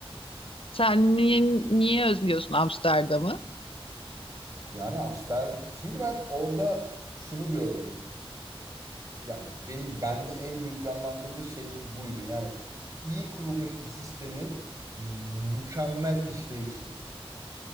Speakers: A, on the left; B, on the right.
A: Sen niye, niye özlüyorsun Amsterdam'ı?
B: Yani Amster... Çünkü ben orada şunu gördüm. Yani ben bende en büyük canlandırdığı şey buydu. Yani iyi kurulmuş bir sistemin mükemmel işleyişi.